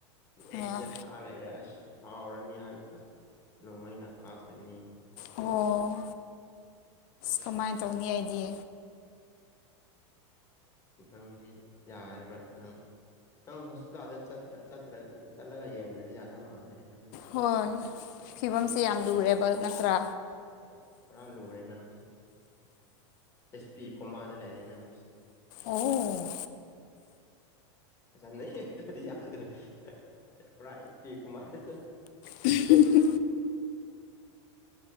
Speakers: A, on the left; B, on the left.
A: ꯑꯁꯤꯗ
B: ꯑꯥ
A: ꯁꯥ ꯂꯩꯔꯦ ꯑꯁ ꯍꯥꯎꯔꯅꯤ ꯍꯥꯟꯅ ꯅꯣꯡꯃꯩꯅ ꯀꯥꯞꯀꯅꯤ
B: ꯑꯣ ꯀꯃꯥꯏꯅ ꯇꯧꯅꯤ ꯍꯥꯏꯗꯤ
A: ꯅꯪꯁꯤ ꯌꯥꯔꯔꯣꯏ ꯅꯪ ꯅꯪ ꯍꯣꯁꯄꯤꯇꯥꯜꯗ ꯆ ꯆꯠꯇ꯭ꯔ ꯆꯠꯂꯒ ꯌꯦꯡꯗ꯭ꯔꯗꯤ ꯌꯥꯗꯧ ꯃꯥꯟꯗ꯭ꯔꯦ ꯅꯪꯒꯤꯁꯦ
B: ꯍꯣꯏ ꯐꯤꯕꯝꯁꯦ ꯌꯥꯝ ꯂꯨꯔꯦꯕ ꯅꯠꯇ꯭ꯔꯥ
A: ꯑꯦꯁ ꯄꯤ ꯄꯨꯔꯥ ꯂꯨꯔꯦ ꯅꯪꯁꯦ ꯑꯦꯁ ꯄꯤ ꯀꯣꯃꯥꯗ ꯂꯩꯔꯦ ꯅꯪꯁꯦ
B: ꯑꯣ
A: ꯌꯥꯗꯄꯤ ꯀꯨꯃꯥꯏꯗ
B: <unintelligible>